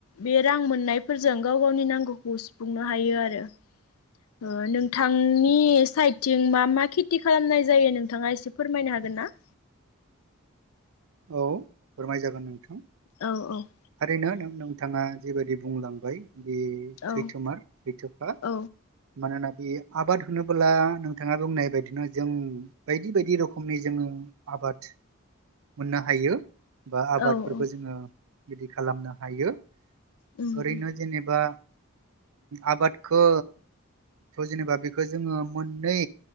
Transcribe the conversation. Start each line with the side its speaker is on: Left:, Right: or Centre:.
Left: बे रां मोननायफोरजों गाव गावनि नांगौखौ सुफुंनो हायो आरो। ओ नोंथांनि साइडथिं मा मा खेथि खालामनाय जायो नोंथाङा एसे फोरमायनो हागोन ना?
Right: औ फोरमाय जागोन नोंथां।
Left: औ औ।
Right: बेनो नोंथाङा जेबायदि बुंलांबाय बे
Left: औ
Right: सैथोमार सैथोखा
Left: औ
Right: मानोना बे आबाद होनोबोला नोंथाङा बुंनाय बायदिनो जों बायदि बायदि रोखोमनि जोङो आ बाद मोननो हायो बा आबादफोरखौ
Left: औ उम
Right: जोङो बिदि खालामनो हायो।
Left: उम
Right: ओरैनो जेनेबा आबादखो खौ जेनेबा बेखौ जोङो मोननै